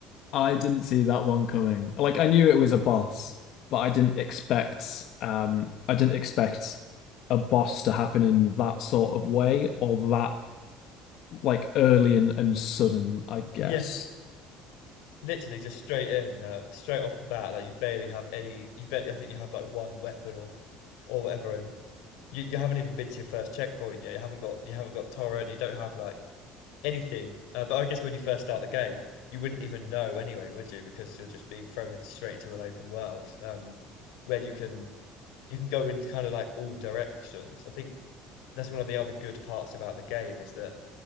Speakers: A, on the left; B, on the left.
A: I didn't see that one coming. Like I knew it was a boss, but I didn't expect um I didn't expect a boss to happen in that sort of way or that like early and, and sudden, I guess.
B: yeah literally just straight in, uh, straight off the bat. Like you barely have any. You barely. I think you have like one weapon or or whatever, and you you haven't even been to your first checkpoint yet. You haven't got you haven't got torrent. You don't have like anything. Uh, but I guess when you first start the game, you wouldn't even know anyway, would you? Because you're just being thrown into straight into an open world, um, where you can you can go in kind of like all directions. I think that's one of the other good parts about the game is that